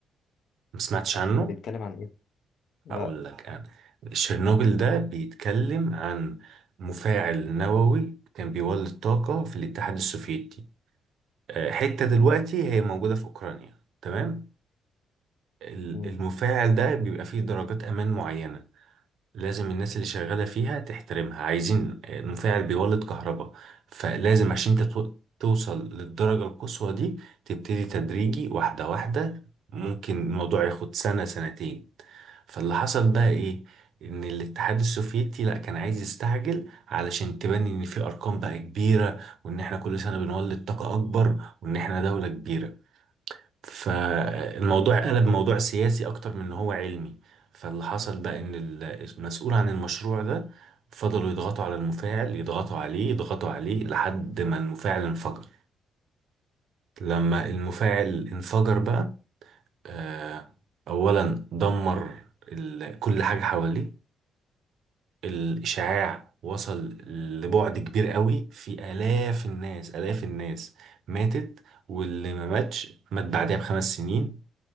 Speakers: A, on the right; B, on the left.
A: ما سمعتش عنه
B: ده بيتكلم عن إيه؟ لأ
A: هقول لك انا شيرنوبل ده بيتكلم عن مفاعل نووي كان بيولد طاقة في الاتحاد السوفيتي آه حتة دلوقتي هي موجودة في اوكرانيا تمام ال-
B: مم.
A: المفاعل ده بيبقى فيه درجات امان معينة لازم الناس اللي شغالة فيها تحترمها عايزين مفاعل بيولد كهرباء فلازم عشان انت تو- توصل للدرجة القصوى دي تبتدي تدريجي واحدة واحدة ممكن الموضوع ياخد سنة سنتين فاللي حصل بقى ايه ان الاتحاد السوفيتي لا كان عايز يستعجل علشان تبني ان في ارقام بقى كبيرة وان احنا كل سنة بنولد طاقة اكبر وان احنا دولة كبيرة فالموضوع قلب موضوع سياسي اكتر من ان هو علمي فاللي حصل بقى ان ال- المسؤول عن المشروع ده فضلوا يضغطوا على المفاعل يضغطوا عليه يضغطوا عليه لحد ما المفاعل انفجر لما المفاعل انفجر بقى آه، اولا دمر ال- كل حاجة حواليه الاشعاع وصل لبعد كبير قوي في الاف الناس الاف الناس ماتت واللي ما ماتش مات بعدها بخمس سنين